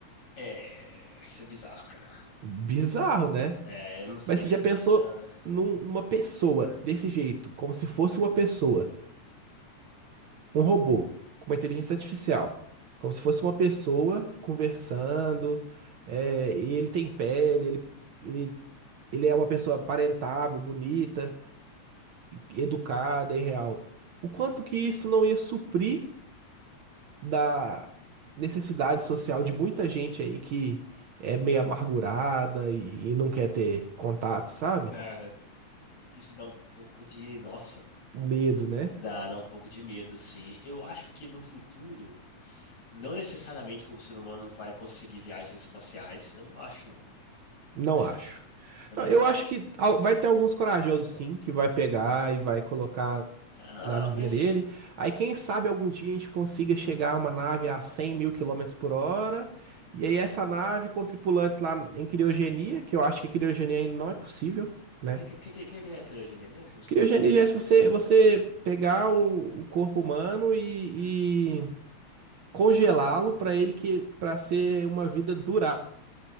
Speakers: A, on the left; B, on the right.
A: É, isso é bizarro, cara.
B: Bizarro, né?
A: É, eu não sei
B: Mas você
A: o que.
B: já
A: que-
B: pensou
A: ah,
B: num- numa pessoa desse jeito, como se fosse uma pessoa, um robô, com uma inteligência artificial, como se fosse uma pessoa conversando, é, e ele tem pele, ele, ele, ele é uma pessoa aparentável, bonita. educada e real. O quanto que isso não ia suprir da necessidade social de muita gente aí que é meio amargurada e, e não quer ter contato, sabe?
A: cara, isso dá um pouco de. Nossa.
B: Medo, né?
A: Dá, dá um pouco de medo, assim. Eu acho que no futuro, não necessariamente o ser humano vai conseguir viagens espaciais. Eu não acho, não.
B: Não
A: Eu acho
B: acho.
A: que também
B: Não, eu
A: não acho.
B: acho que al- vai ter alguns corajosos, sim, que vai pegar e vai colocar
A: Ah,
B: navezinha
A: mas.
B: dele. Aí, quem sabe algum dia a gente consiga chegar a uma nave a 100 mil quilômetros por hora. E aí, essa nave com tripulantes lá em criogenia, que eu acho que criogenia ainda não é possível, né?
A: O que, que, que, que que é a criogenia mesmo? Eu Esqueci.
B: Criogenia já é se você, você pegar
A: Ah,
B: o, o corpo humano e, e congelá-lo para ele que para ser uma vida durável